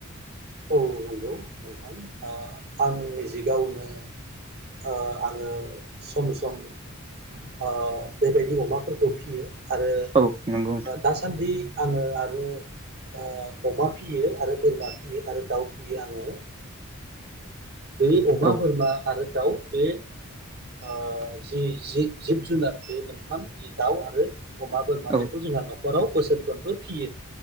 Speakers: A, on the right (about 50°); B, on the right (about 25°).
A: औ नंगौ नोंथां आ आं निजि गाववनो आ आङो सम-सम। आ बेबायदि अमाफोरखौ फियो। आरो
B: औ नंगौ नोंथां
A: दासान्दि आङो आरो। आ अमा फियो आरो बोरमा फियो आरो दाउ फियो आङो। बे अमा,
B: औ
A: बोरमा आरो दाउ बे। आ जि-जि जिब-जुनार बे मोनथाम दाउ आरो। अमा, बोरमा
B: औ
A: बेखौ जोंहा न'खराव बोसोरफ्रोमबो फियो